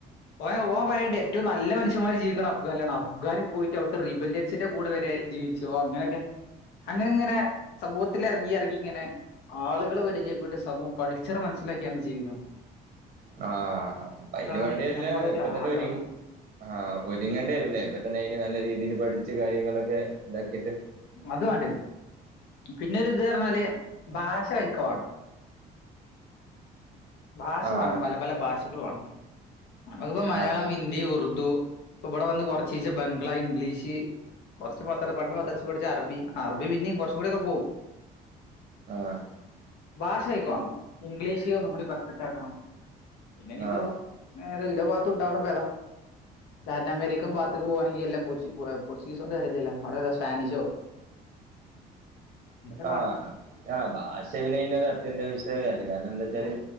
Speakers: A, on the left (about 85°); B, on the right (about 45°).
A: ഓൻ ഓൻ പറീണ്ട് ഏറ്റവും നല്ല മനുഷ്യമാർ ജീവിക്കണത് അഫ്ഗാനാലിലാണ് അഫ്ഗാന് പോയിട്ട് അവിടുത്തെ റിബല്യൻസിന്റെ കൂടെ വരെ ജീവിച്ചോ ഒ അങ്ങനൊക്കെ അങ്ങനെ ഇങ്ങനെ സമൂഹത്തിൽ എറങ്ങി എറങ്ങി ഇങ്ങനെ ആളുകളെ പരിചയപ്പെട്ട് സമൂഹം കൾച്ചറ് മനസ്സിലാക്കിയാണ്ട് ജീവിക്കണം
B: ആഹ് അയ്‌ന്
A: അതാണ്
B: വാണ്ടിയല്ലേ
A: നമ്മളെ ഒരു
B: ഇപ്പതന്നെ
A: ആഗ്രഹം
B: ഒരുങ്ങ് ആഹ് ഒരുങ്ങണ്ടെരും ല്ലെ ഇപ്പത്തന്നെ അയിന് നല്ല രീതിയിൽ പഠിച്ച് കാര്യങ്ങളൊക്കെ ഇതാക്കിട്ട്
A: അത് വാണ്ടിയെരും പിന്നെരു ഇത് പറഞ്ഞാല് ഭാഷ കയ്‌ക്കെവാണം ഭാഷ
B: ആഹ്
A: വാണം. പല പല ഭാഷകള് വാണം. നമുക്കിപ്പോ മലയാളം,
B: ആഹ്
A: ഹിന്ദി, ഉർുദു, ഇപ്പ ബടെ വന്ന് കൊർച്ചീച്ചെ ബംഗ്ല, ഇംഗ്ലീഷ് കൊറച്ച് മദ്ര പണ്ട് മദ്രസ പഠിച്ച അറബി അറബി പിന്നെയും കുറച്ച് കൂടെക്കെ പോവും.
B: ആഹ്
A: ഭാഷ കൈക്കെ വാണം ഇംഗ്ലീഷ് ഒന്നും കൂടി പെർഫെക്റ്റ് ആക്കണം. പിന്നെനിപ്പോ
B: ആഹ്
A: നേരെല്ലാഭാത്തുണ്ടാവ്ണപ്പേതാ ലാറ്റിന അമേരിക്കം ഭാത്ത്ക്ക് പോവാണെങ്കിൽ എല്ല പോർച്ചു പൊ എഹ് പോർച്ചുഗീസോണ്ട് കാര്യ ഇല്ലല്ലോ അവിടെ ഏതാ സ്പാനിഷോ <inaudible> എന്തെല്ലാം
B: ആഹ്
A: വേണം
B: ആഹ് ഭാഷ പിന്നെ അയ്നൊരു അത്യന്താഭേശിക കാര്യാണ് അതെന്താച്ചാല്
A: അതെ